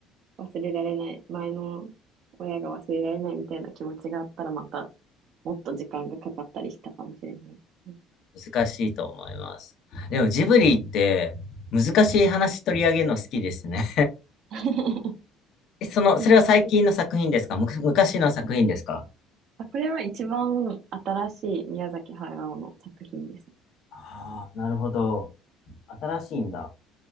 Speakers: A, on the right; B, on the left.
A: 忘れられない、前の親が忘れられないみたいな気持ちがあったらまたもっと時間がかかったりしたかもしれないですね。
B: 難しいと思います。でもジブリって難しい話取り上げるの好きですね。
A: <laughs>
B: えその、
A: で
B: それは最近の作品ですかむ、昔の作品ですか
A: あ、これは一番新しい宮崎駿の作品ですね。
B: ああ、なるほど。新しいんだ。